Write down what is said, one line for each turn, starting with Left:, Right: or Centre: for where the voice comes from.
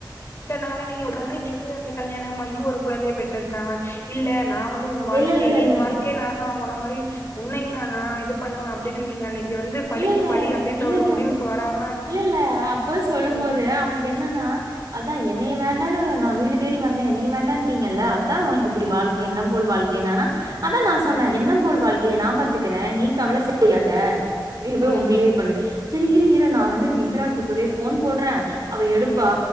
Left: னால நீங்க <inaudible> இன்னைக்கு வந்து கல்யாணம் ஆயி ஒரு குழந்தைய பெற்றிருக்காங்க இல்ல நா வந்து உ வாழ்க்கே
Right: இல்ல, இல்ல, இல்ல,
Left: என்
Right: இல்ல.
Left: வாழ்க்கே நா சோ பண்ண மாரி உன்னையு நா நா இது பண்ணுவ அப்புடினு நீங்க அன்னைக்கு வந்து பழிக்கு
Right: இல்ல இல்ல
Left: பழி அப்டின்ற
Right: இல்ல
Left: ஒரு
Right: இல்ல
Left: முடிவுக்கு வராம
Right: இல்ல இல்ல அப்போ சொல்லும்
Left: ம்
Right: போது அவனுக் க் என்னென்னா அதா என்னய வேண்டானு நா வீடு தேடி வந்தே என்னைய வேண்டான்டீங்கல்ல அ தா உனக்கு இப்பிடி
Left: ம்
Right: வாழ்க்க எண்ணம் போல் வாழ்க்கைனானா அதா நா
Left: ம்
Right: சொன்ன எண்ணம் போல் வாழ்கைய நா பாத்துக்குறே நீ கவல செய்யாத
Left: ம்
Right: நீ போய்
Left: ம்
Right: உம்புள்ளய பண்ணு செரி இரு இரு நா வந்து இந்திராக்கு இப்பவே ஃபோன் போட்றே அவ எடுப்பா
Left: ம்